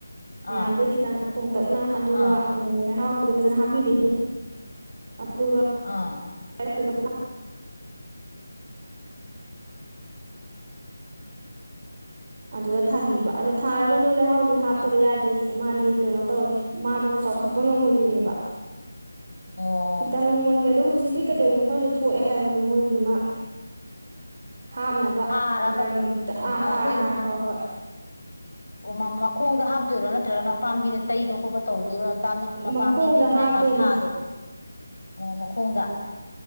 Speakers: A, on the left (about 85°); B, on the right (about 40°).
A: ꯑꯥ
B: ꯃꯌꯥꯝꯗꯒꯤꯩ ꯈꯤꯇꯪ ꯇꯣꯡꯇꯛꯅ ꯑꯗꯨꯒ
A: ꯑꯥ
B: ꯎ ꯂꯩꯍꯥꯎ ꯐꯖ ꯍꯥꯞꯄꯤꯗ ꯑꯗꯨ
A: ꯑꯥ
B: ꯦꯟꯅ ꯑꯗꯨꯗ ꯊꯥꯕꯤꯕ ꯑꯗ ꯊꯥꯔꯒ ꯑꯣ ꯂꯩꯍꯥꯎꯗꯤ ꯍꯥꯞꯇꯕ
A: ꯑꯥ
B: ꯌꯥꯗꯦ ꯃꯥꯗꯤ ꯀꯩꯅꯣ ꯇꯧꯋꯦ ꯃꯥꯗꯣ ꯆꯥꯎꯈꯠꯄ ꯉꯝꯃꯣꯏꯗꯣꯏꯅꯦꯕ
A: ꯑꯣ
B: ꯈꯤꯇꯪ ꯃꯣꯏꯒꯤ ꯑ ꯑꯗꯨ ꯍꯧ ꯍꯧꯖꯤꯛꯇꯤ ꯀꯩ ꯀꯩꯅꯣ ꯈꯔꯁꯨ ꯊꯣꯛꯑꯦ ꯍꯥꯏꯕꯅꯤ ꯃꯣꯏꯒꯤ ꯃꯥ ꯍꯥꯞꯅꯕ
A: ꯍꯥꯔꯕ
B: ꯗ꯭ꯔꯥꯒꯟ ꯒ꯭ꯔꯨꯞꯨꯞꯇ ꯑꯥ ꯍꯥꯔ
A: ꯑꯩꯈꯣꯏꯒꯤ
B: ꯍꯥꯔ ꯍꯣꯏ ꯍꯣꯏ
A: ꯑꯣ ꯃꯈꯣꯡꯗ ꯍꯥꯞꯇꯣꯏꯔꯣ ꯅꯠꯇ꯭ꯔꯒꯅ ꯄꯥꯝꯕꯤꯗ ꯇꯩꯕ ꯈꯣꯠꯄ ꯇꯧꯗꯣꯏꯔꯣ
B: ꯃꯈꯣꯡꯗ
A: ꯄꯥꯝꯕꯤꯔꯤ ꯃꯥꯏ
B: ꯍꯥꯞꯇꯣꯏꯅꯦ
A: ꯃꯁꯥꯗꯣ ꯑꯣ ꯃꯈꯣꯡꯗ